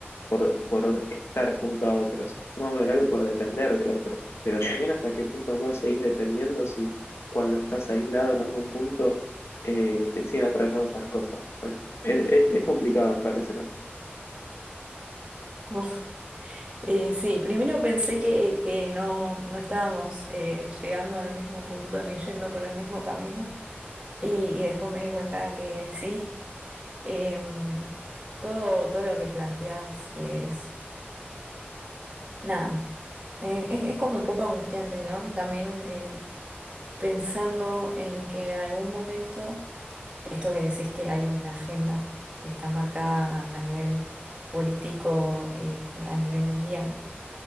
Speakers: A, on the left; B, on the right.
A: por, por estar junto a otros. Es más vulnerable por depender de otros. Pero también hasta qué punto no seguís dependiendo si cuando estás aislado en algún punto eh, te siguen atravesando esas cosas. Bueno, es, es- es complicado, me parece, ¿no?
B: Uf, eh, sí, primero pensé que, que no, no estábamos eh, llegando al mismo punto ni yendo por el mismo camino y, y después me di cuenta que sí, Em, todo, todo lo que planteas es nada. eh, es, es como un poco angustiante, ¿no? También eh, pensando en que algún momento, esto que decís que hay una agenda que está marcada a nivel político, eh, a nivel mundial.